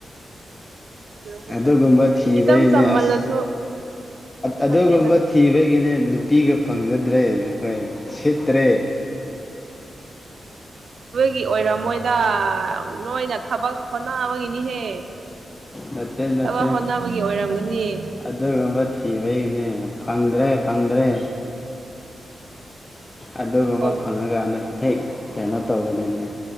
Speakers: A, on the right (about 75°); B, on the left (about 25°).
A: ꯑꯗꯨ ꯑꯣꯏꯔꯁꯨ
B: ꯑꯗꯨꯒꯨꯝꯕ
A: ꯀꯥꯏꯗꯦ
B: ꯊꯤꯕꯩꯅꯦ
A: ꯏꯆꯝ ꯆꯝꯃꯜꯂꯁꯨ
B: ꯑꯁ ꯑꯗꯨꯒꯨꯝꯕ
A: ꯐꯠꯇꯦꯗ
B: ꯊꯤꯕꯒꯤꯅꯦ ꯅꯨꯄꯤꯒ ꯐꯪꯖꯗ꯭ꯔꯦ ꯑꯩꯈꯣꯏ ꯁꯤꯠꯇ꯭ꯔꯦ
A: ꯒꯤ ꯑꯣꯏꯔꯝꯃꯣꯏꯗ ꯅꯣꯏꯅ ꯊꯕꯛ ꯍꯣꯠꯅꯕꯒꯤꯅꯤꯍꯦ
B: ꯅꯠꯇꯦ ꯅꯠꯇꯦ
A: ꯊꯕꯛ ꯍꯣꯠꯅꯕꯒꯤ ꯑꯣꯏꯔꯝꯒꯅꯤ
B: ꯑꯗꯨꯒꯨꯝꯕ ꯊꯤꯕꯩꯅꯦ ꯐꯪꯗ꯭ꯔꯦ ꯐꯪꯗ꯭ꯔꯦ ꯑꯗꯨꯒꯨꯝꯕ
A: ꯑꯣ
B: ꯐꯪꯉꯀꯥꯟꯗ ꯍꯦꯛ ꯀꯩꯅꯣ ꯇꯧꯒꯗꯣꯏꯅꯤ